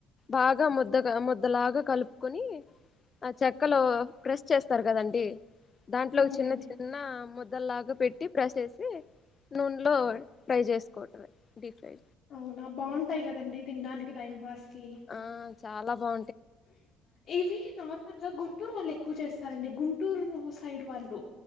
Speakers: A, on the left (about 35°); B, on the left (about 55°).
A: బాగా ముద్ద ముద్దలాగా కలుపుకొని ఆ చెక్కలో ప్రెస్ చేస్ తర్ కదండి దాంట్లో
B: అవునండి
A: చిన్న చిన్న ము ద్దలాగా పెట్టి ప్రెస్ చేసి నూనెలో ఫ్రై చేసుకోవటమే డీప్ ఫ్రై
B: అవునా బావుంటాయి కదండి తినడానికి టైం పాస్ కి
A: ఆ చాలా బా
B: ఇవి నార్మల్గా గుంటూరు వాళ్ళు ఎక్కువ చేస్తారండి గుంటూరు సైడ్ వాళ్ళు